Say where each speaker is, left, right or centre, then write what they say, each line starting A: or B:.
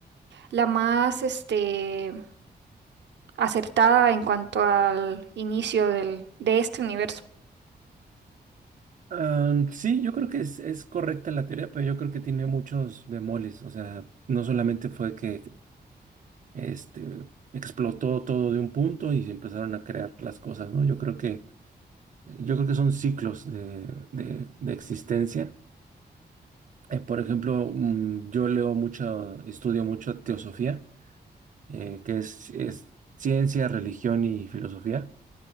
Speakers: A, on the right (about 85°); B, on the right (about 45°).
A: la más este, acertada en cuanto al inicio del, de este universo?
B: Am, sí, yo creo que es, es correcta la teoría, pero yo creo que tiene muchos bemoles. O sea, no solamente fue que este, explotó todo de un punto y se empezaron a crear las cosas, ¿no? Yo creo que, yo creo que son ciclos de, de- de existencia. Eh, por ejemplo, mm, yo leo mucho, estudio mucho teosofía, eh, que es, es ciencia, religión y filosofía.